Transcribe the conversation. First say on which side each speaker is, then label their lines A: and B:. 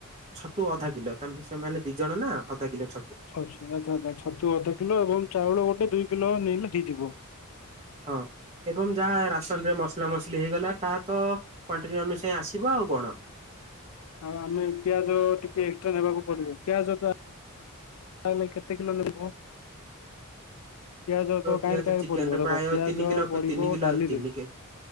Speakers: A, on the right (about 30°); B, on the left (about 70°).
A: ତୁ ଅଧା କିଲୋ <unintelligible> ଦି ଜଣ ନା ଅଧା କିଲୋ ଛ
B: ଛ <unintelligible> ଛତୁ ଅଧ କିଲୋ ଏବଂ ଚାଉଳ ଗୋଟେ ଦୁଇ କିଲୋ ନେଇଲେ ହେଇଯିବ।
A: ହଁ ଏବଂ ଯାହା ରାସନ ରେ ମସଲା ମସ <unintelligible> ହେଇଗଲା ତାର ତ କ୍ବାଣ୍ଟିଟ୍ ଅନୁସାରେ ଆସିବ ଆଉ କଣ।
B: ଆଉ ଆମେ ପିଆଜ ଟିକେ ଏକ୍ସଟ୍ରା ନେବାକୁ ପଡିବ ପିଆଜ ତା ତାହେଲେ କେତେ କିଲୋ ମିଳିବ? ପିଆଜ ତ
A: ପିଆଜ
B: କାହିଁରେ କାହିଁରେ
A: ଚିକେନ
B: ପଡିବ
A: ରେ
B: ଦେଖ
A: ପ୍ରାୟ
B: ପିଆଜ
A: ତିନି କିଲୋ
B: ପଡିବ
A: ତିନି କିଲୋ
B: ଡାଲିରେ।
A: ତିନି କେ